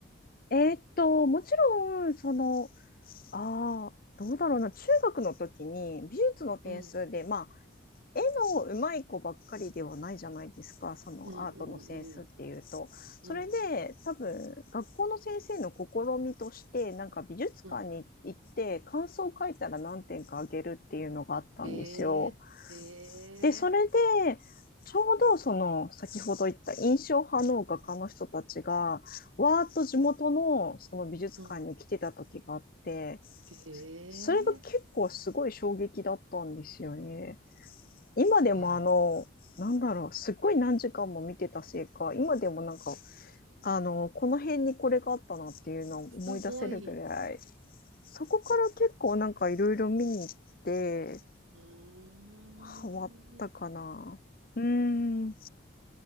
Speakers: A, on the left; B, on the right.
A: う。えーっと、もちろん、その、ああ、どうだろうな、中学の時に美術の点数で、
B: うん、
A: ま絵の上手い子ばっかりではないじゃないですか、そのアートのセンスっていうと。
B: うん、うん、
A: それで多分学校の先生の試みとしてなんか美術館に行って感想を書いたら何点かあげるっていうのがあったんですよ。
B: うん、うん。へえ、へ
A: で、それで
B: え、
A: ちょうどその先ほど言った印象派の画家の人たちがわーっと地元のその美術館に来てた時があって、
B: うん、うん。へ
A: それが結構すごい衝撃だったんですよね。
B: え、
A: 今でもあの、
B: はい。
A: なんだろう、すっごい何時間も見てたせいか、今でもなんか、あの、この辺にこれがあったなっていうのを思い出せるぐらい、
B: すごい。
A: そこから結構なんかいろいろ見に行って、
B: うーん。
A: ハマったかな。うーん。